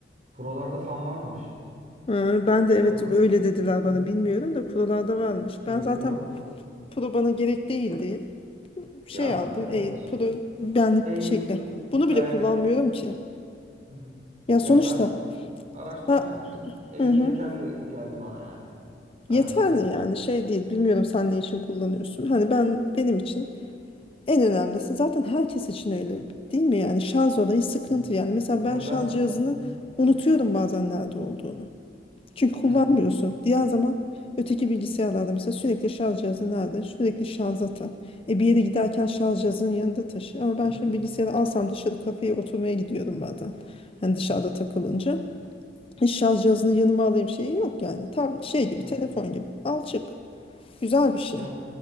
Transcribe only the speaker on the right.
Pro'larda fan varmış.
Ama
hı,
Air'de
yok.
Ya
evet.
Air
gayet
iyi.
Hı hı.
Ya ben araştırma
yaptım. Air
yeterli geldi bana yani. Araştırdığım
kadarıyla.
Aynen.
Ya
ben
Hı.
evet.
Hı hı.
Hı,
Evet.
Ya